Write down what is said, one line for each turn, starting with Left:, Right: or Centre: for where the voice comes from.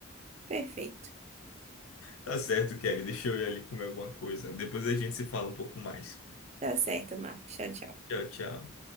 Right: Perfeito.
Left: Tá certo, Kelly, deixa eu ir ali comer alguma coisa. Depois a gente se fala um pouco mais.
Right: Tá certo, Marcos. Tchau, tchau.
Left: Tchau, tchau.